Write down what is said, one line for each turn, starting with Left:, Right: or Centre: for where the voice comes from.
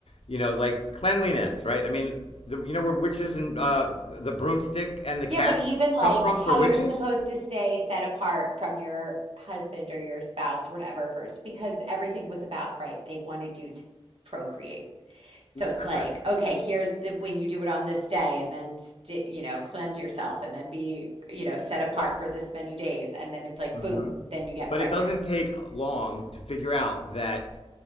Left: you know like cleanliness, right? I mean, the, you know where witches and uh, the broomstick and the
Right: Yeah,
Left: cats
Right: but even like
Left: come from
Right: how
Left: for witches?
Right: you're supposed to stay set apart from your husband or your spouse or whatever first, because everything was about, right, they wanted you to procreate. So it's
Left: Correct.
Right: like, okay, here's the when you do it on this day, and then st you know, cleanse yourself, and then be, you know, set apart
Left: Right.
Right: for this many days, and then it's like,
Left: hmm
Right: boom, then you get
Left: But
Right: pregnant.
Left: it doesn't take long to figure out that